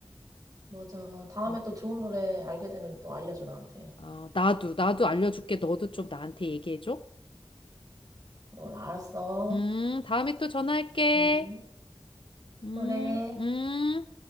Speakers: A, on the right; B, on the left.
A: 맞아. 다음에
B: 음.
A: 또 좋은 노래 알게 되면 또 알려줘, 나한테.
B: 아 나도 나도 알려줄게 너도 좀 나한테 얘기해줘
A: 뭘 알았어.
B: 음 다음에 또 전화할게
A: 음.
B: 음,
A: 그래.
B: 음.